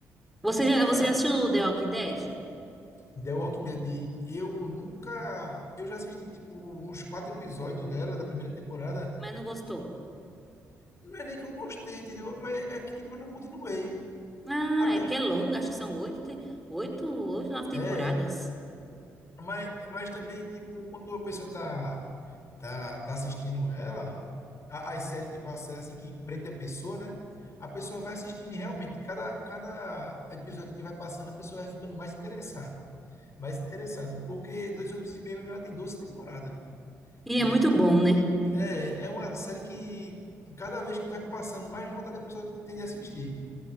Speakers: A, in the centre; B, on the left.
A: Você já,
B: Pra
A: você já assistiu The Walking Dead?
B: The Walking Dead, eu nunca. Eu já assisti tipo uns quatro episódios dela, da primeira temporada.
A: Mas não gostou?
B: Não é nem que eu gostei, entendeu? Mas é que tipo, eu não continuei.
A: Ah,
B: A pe-
A: é porque é longa, acho que são oito, te- oito, oito, nove temporadas.
B: É, mas, mas também, tipo, quando a pessoa tá tá, tá assistindo ela, a- as séries, tipo, a série assim que prende a pessoa, né? A pessoa vai assistindo e realmente, cada, cada episódio que vai passando, a pessoa vai ficando mais interessada. Mais interessado, porque Dois Homens e Meio, ela tem 12 temporadas.
A: E
B: E
A: é muito bom, né?
B: é, é uma série que, cada vez que vai passando, mais vontade a pessoa tem de assistir.